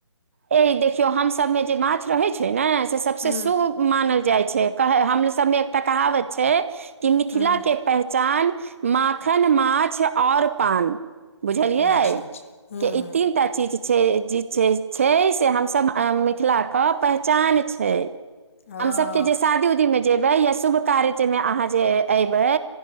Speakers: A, on the right; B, on the left.
A: ए देखियौ हमसभमे जे माछ रहैत छैयन से सबसँ
B: हूँ
A: शुभ मानल जाइ छैयकह हमरो सबमे एकटा कहावत छैय कि मिथिला
B: हूँ
A: के पहचान माखन माछ ओर पान बुझलियै
B: अच्छा अच्छा हूँ
A: के
B: हूँ
A: ई तीनटा चीज छैय जे छैय छैय से हमसभ मिथिलाके पहचान छैय
B: ओ
A: हम सभके जे शादी उदीमे जेबै या शुभ कार्यमे अहाँ जे अयबै